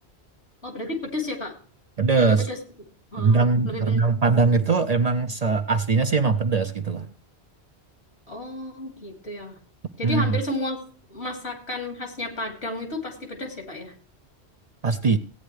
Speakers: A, on the left; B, on the right.
A: Oh, berarti pedes ya, Kak?
B: Pedas.
A: Lebih pedes. Oh,
B: Rendang
A: lebih pedes.
B: rendang Padang itu emang se- aslinya sih emang pedas gitu lah.
A: Oh, gitu ya. Jadi
B: Mm,
A: hampir semua masakan khasnya Padang itu pasti pedas ya, Kak ya?
B: pasti.